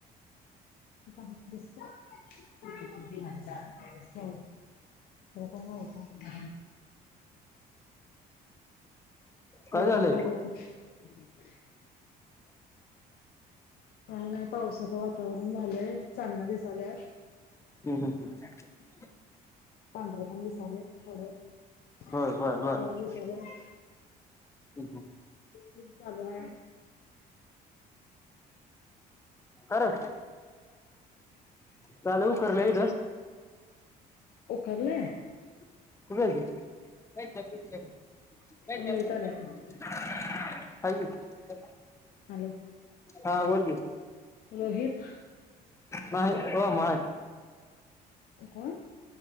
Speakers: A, on the left (about 65°); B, on the left (about 15°).
A: तसत म्हणत कण हो का
B: काय
A: मुलं
B: झालंय
A: दोन पाहिजे होती.... काही नाही पावसाचं वातावरण झालंय चांदण्या दिसाल्यात.
B: हम्म हम्म हम्म.....
A: पांढर पण दिसालंय थोड काळं
B: बर बर बर हम्म
A: दिसालय.
B: हम्म.
A: खूप चालू आहे.
B: का रं का लई उकरलय हित
A: उकरलय?
B: कुठं हाय
A: रोहित
B: ते
A: आलाय का
B: <inaudible>
A: हॅलो.
B: हा बोल की
A: रोहित
B: नाही हो माय
A: कोण?